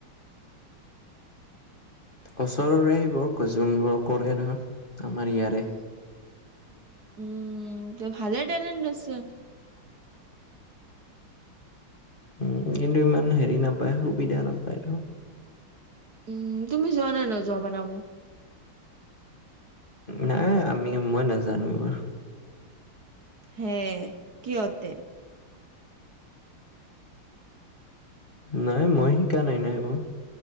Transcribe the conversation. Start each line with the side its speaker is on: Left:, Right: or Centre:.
Left: ওচৰৰে সেই বোৰ ক যোনবোৰ কৰে ধৰ আমাৰ ইয়াৰে
Right: উম ত ভালে টলেণ্ট আছে
Left: উম কিন্তু ইমান হেৰি নাপায় সুবিধা নাপায় আৰু
Right: উম তুমি যোৱা নাই ন যোৱা বনাব
Left: নাই আমি মই নাজানো এইবাৰ
Right: হে কি অতে
Left: নাই মই শিকা নাই নাই এইবাৰ